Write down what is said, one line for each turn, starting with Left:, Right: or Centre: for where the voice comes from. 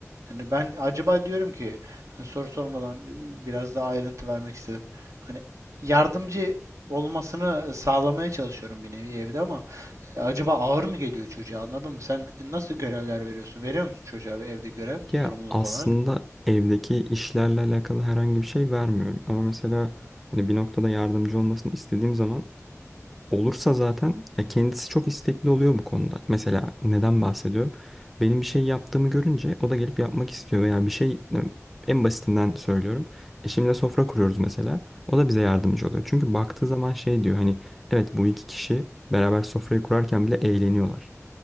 Right: Yani ben acaba diyorum ki hani soru sormadan e, biraz daha ayrıntı vermek istedim. Hani yardımcı olmasını sağlamaya çalışıyorum bir nevi evde ama e, acaba ağır mı geliyor çocuğa anladın mı? Sen nasıl görevler veriyorsun? Veriyor musun çocuğa bir evde görev sorumluluk
Centre: Ya aslında
Right: olarak?
Centre: evdeki işlerle alakalı herhangi bir şey vermiyorum. Ama mesela hani bir noktada yardımcı olmasını istediğim zaman olursa zaten ya kendisi çok istekli oluyor bu konuda. Mesela neden bahsediyorum? Benim bir şey yaptığımı görünce o da gelip yapmak istiyor veya bir şey en basitinden söylüyorum. Eşimle sofra kuruyoruz mesela. O da bize yardımcı oluyor. Çünkü baktığı zaman şey diyor hani evet bu iki kişi beraber sofrayı kurarken bile eğleniyorlar.